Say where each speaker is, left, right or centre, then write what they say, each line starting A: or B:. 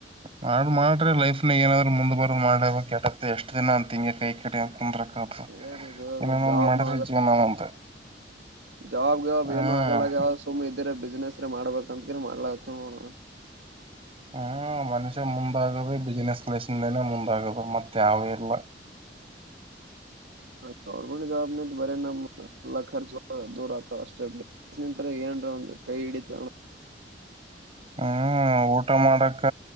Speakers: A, on the right; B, on the right.
A: ಮಾಡ ಮಾಡ್ರಿ ಲೈಫ್ನಾಗ ಏನಾದ್ರು ಮುಂದ್ ಬರ ಮಾಡ್ಯಕ್ತತ್ತ ಎಷ್ಟ್ ದಿನ ಅಂತ ಹಿಂಗಗೆ ಕೈ ಕಡ ಅ ಕುಂದ್ರ.
B: ಏನಿದು
A: ಏನೇನೋ
B: ಜಾಬ್ನು
A: ಮಡರಿ ಜವ ನ ಅಂತ.
B: ಜವಾಬ್ ಯವಾಬ್
A: ಹ್ಮ್
B: ಏನು ಆಗಲ್ಲಗ್ಯಾವ ಸುಮ್ ಇದಿರ ಬಿಸ್ನನೆಸ್ ಮಾಡ್ಬೇಕ ಅಂತಕ್ರ ಮಾಡ್ಲಾತವ ನೋಡೋಣ.
A: ಹ್ಮ್ ಮನುಷ್ಯ ಮುಂದಾಗದೆ ಬಿಸ್ನೆಸ್ ಲಲೆಸನ್ದನೆ ಮುಂದಾಗದ ಮತ್ತೆ ಯಾವೇ ಇಲ್ಲ.
B: ಹ ಗವರ್ಮೆಂಟ್ ಜವಾಬ ನಿಂತ ಬರೇ ನಮ್ಮಲ್ಲ ರ್ಚ ದೂರ ಆತ ಅಷ್ಟೇ. <inaudible> ಕೈ ಇಡಿತಾನು.
A: ಹ್ಮ್ ಊಟ ಮಾಡಕ್ಕ.